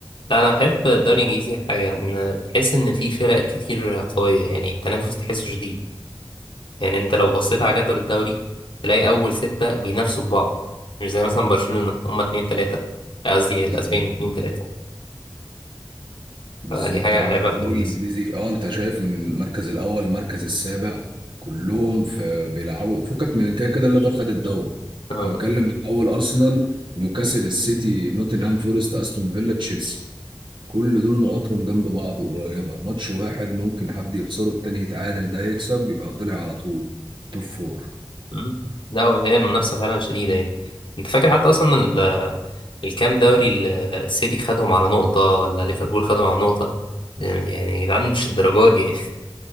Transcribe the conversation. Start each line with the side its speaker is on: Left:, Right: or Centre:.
Left: لا انا احب الدوري الانجليزي حاجة ان تحس ان في فرق كتير قوية يعني التنافس تحسه شديد يعني انت لو بصيت على جدول الدوري تلاقي اول ستة بينافسوا في بعض مش زي مثلا برشلونة هما اتنين تلاتة قصدي الاسباني
Right: بالظبط
Left: اتنين تلاتة
Right: بالظبط
Left: فدي حاجة
Right: اه
Left: عيبة في
Right: الدوري
Left: الانجليزي
Right: الانجليزي اه انت شايف من المركز الاول المركز السابع كلهم في بيلعبوا فكك من كده كده الليفر خد الدوري
Left: اه
Right: انا بتكلم من اول ارسنال نيوكاسل السيتي نوتنهام فورست استون فيلا تشيلسي كل دول نقطهم جنب بعض قريبة ماتش واحد ممكن حد يخسره التاني يتعادل ده يكسب يبقى طلع على طول توب فور
Left: مم. لا هي المنافسة فعلا شديدة يعني انت فاكر حتى اصلا ال- الكام دوري ال- السيتي خدهم على نقطة ولا ليفربول خدهم على نقطة يعني يا جدعان مش الدرجات دي يعني